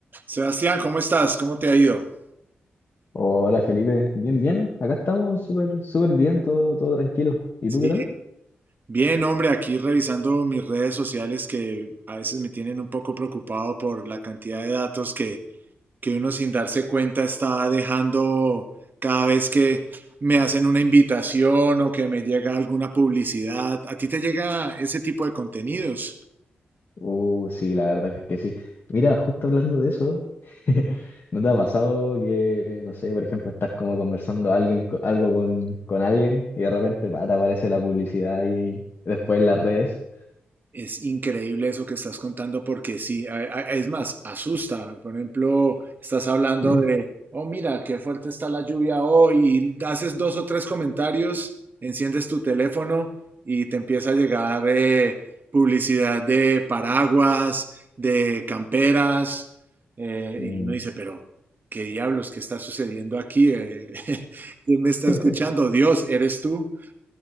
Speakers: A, on the right; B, on the left.
A: Sebastián, ¿cómo estás? ¿Cómo te ha ido?
B: Hola Felipe, bien, bien, acá estamos súper, súper bien, todo, todo tranquilo. ¿Y
A: Sí,
B: tú qué tal?
A: Bien, hombre, aquí revisando mis redes sociales que a veces me tienen un poco preocupado por la cantidad de datos que, que uno sin darse cuenta está dejando cada vez que me hacen una invitación o que me llega alguna publicidad. ¿A ti te llega ese tipo de contenidos?
B: Uh, sí, la verdad es que sí. Mira, justo hablando de eso, <laughs> ¿no te ha pasado que, no sé, por ejemplo, estás como conversando alguien, co- algo con, con alguien y de repente pa, te aparece la publicidad y después en las redes?
A: Es increíble eso que estás contando porque sí, a- a- es más, asusta. Por ejemplo, estás hablando
B: Sí.
A: de, oh, mira, qué fuerte está la lluvia hoy, y haces dos o tres comentarios, enciendes tu teléfono y te empieza a llegar eh, publicidad de paraguas, de camperas, eh,
B: Mm.
A: y uno dice, pero, ¿qué diablos, qué está sucediendo aquí? Eh, <laughs> ¿quién me está
B: <laughs>
A: escuchando? Dios, ¿eres tú?